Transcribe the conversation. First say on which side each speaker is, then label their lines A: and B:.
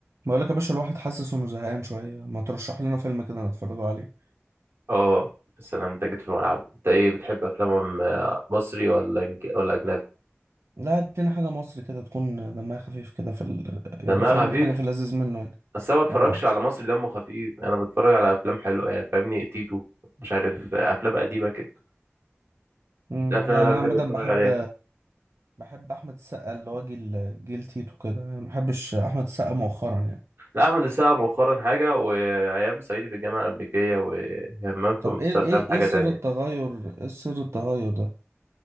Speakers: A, on the right; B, on the right.
A: بقولك يا باشا الواحد حاسس انه زهقان شوية ما ترشح لنا فيلم كده نتفرجوا عليه
B: اه السلام ده جيت في الملعب انت ايه بتحب افلام آه، مصري ولا إنج- ولا اجنبي
A: لا ادينا حاجة مصري كده تكون دمها خفيف كده في ال...
B: دمها
A: يعني فاهم
B: خفيف
A: حاجة في اللذيذ منه يعني
B: بس انا ما بتفرجش
A: اه
B: على مصري دمه خفيف يعني انا بتفرج على افلام حلوه يعني فاهمني تيتو مش عارف آه، افلام قديمه كده
A: امم
B: دي الافلام
A: يعني
B: اللي
A: انا
B: انا بحب
A: عامة
B: اتفرج
A: بحب
B: عليها
A: بحب احمد السقا اللي هو جيل جيل تيتو كده يعني ما بحبش احمد السقا مؤخرا يعني
B: لا احمد السقا مؤخرا حاجه وايام صعيدي في الجامعه الامريكيه وهمام في
A: طب
B: امستردام
A: ايه ال- ايه ايه
B: حاجه
A: سر
B: تانية
A: التغير ايه سر التغير ده